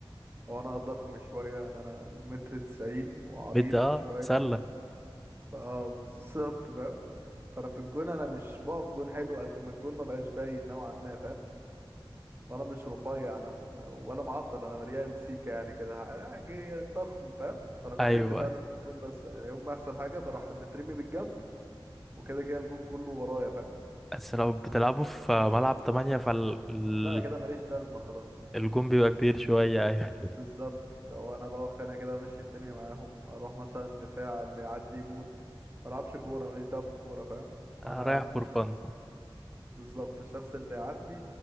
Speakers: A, on the right; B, in the centre.
A: هو انا ضخم شويه يعني انا متر تسعين وعريض
B: بت اه
A: شويه
B: سلة
A: فاه بالظبط فاهم فانا في الجون انا مش بقف جون حلو قد ما الجون ما بقاش باين نوعا ما فاهم وانا مش رفيع انا م- ولا معضل انا مليان سيكه يعني كده ح- جاي ضخم فاهم فانا بسد
B: ايوه
A: فعلا
B: أيوة.
A: الجون بس انا يوم ما يحصل حاجه بروح مترمي بالجنب وكده كده الجون كله ورايا فاهم
B: بس لو بتلعبوا في ملعب تمانية فالحارس
A: لا كده ماليش لازمه خلاص
B: الجون بيبقى كبير شوية أيوة
A: بالظبط لو انا بقف هنا كده امشي الدنيا معاهم اروح مثلا دفاع اللي يعدي يموت ما العبش كوره ماليش دعوه بالكوره فاهم انا
B: أنا رايح فور
A: الشخص
B: فن
A: بالظبط الشخص اللي يعدي